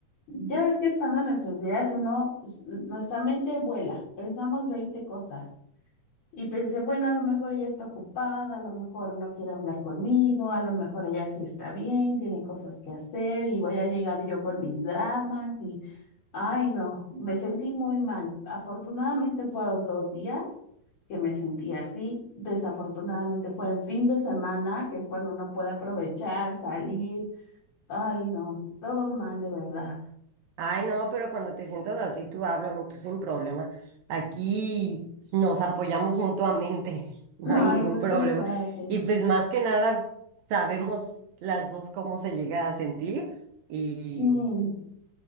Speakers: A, on the left; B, on the right.
A: ya ves que estando en nuestros días uno, s- nuestra mente vuela, pensamos 20 cosas. Y pensé, bueno, a lo mejor ella está ocupada, a lo mejor no quiere hablar conmigo, a lo mejor ella sí está bien, tiene cosas que hacer y voy a llegar yo con mis dramas y, ay, no, me sentí muy mal. Afortunadamente fueron dos días que me sentí así. Desafortunadamente fue en fin de semana, que es cuando uno puede aprovechar, salir. Ay, no, todo mal de verdad.
B: Ay, no, pero cuando te sientas así, tú háblame, tú sin problema. Aquí nos apoyamos mutuamente, <laughs> no
A: Ay,
B: hay ningún
A: muchas
B: problema.
A: gracias.
B: Y pues más que nada, sabemos las dos cómo se llega a sentir. Y,
A: Sí.